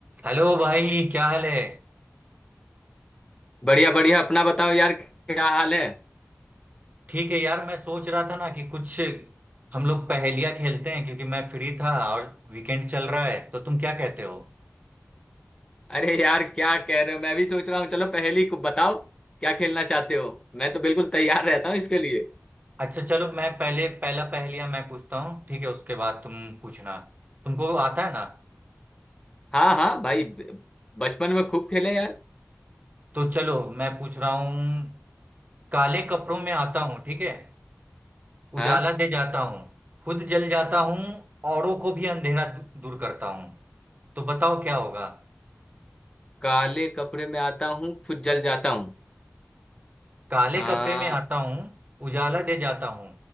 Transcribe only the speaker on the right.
Hello भाई क्या हाल है
ठीक है यार मैं सोच रहा था ना कि कुछ हम लोग पहेलियाँ खेलते हैं क्योंकि मैं फ्री था और वीकेंड चल रहा है तो तुम क्या कहते हो
अच्छा चलो मैं पहले पहला पहेलिया मैं पूछता हूँ ठीक है उसके बाद तुम पूछना तुमको आता है ना
तो चलो मैं पूछ रहा हूँ काले कपड़ों में आता हूँ ठीक है
उजाला दे जाता हूँ खुद जल जाता हूँ औरों को भी अंधेरा दू- दूर करता हूँ तो बताओ क्या होगा
काले
कपड़े में आता हूँ उजाला दे जाता हूँ